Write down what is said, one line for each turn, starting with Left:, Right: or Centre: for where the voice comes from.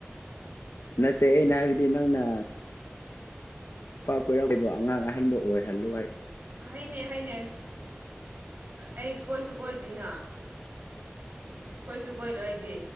Left: ꯅꯠꯇꯦ
Right: ꯑꯁ
Left: ꯑꯩꯅ
Right: ꯑꯁ
Left: ꯍꯥꯏꯗꯤ
Right: ꯑꯁ
Left: ꯅꯪꯅ ꯅꯨꯄꯥ ꯀꯣꯏꯔꯥꯛ ꯑꯉꯥꯡ ꯑꯍꯟꯕꯨ ‌ꯑꯣꯏꯍꯜꯂꯨ ꯍꯥꯏ
Right: ꯍꯣꯏꯅꯦ ꯍꯣꯏꯅꯦ ꯑꯩ ꯀꯣꯏꯁꯨ ꯀꯣꯏꯗꯔꯤꯅ ꯀꯣꯏꯁꯨ ꯀꯣꯏꯔꯣꯏ ꯑꯩꯗꯤ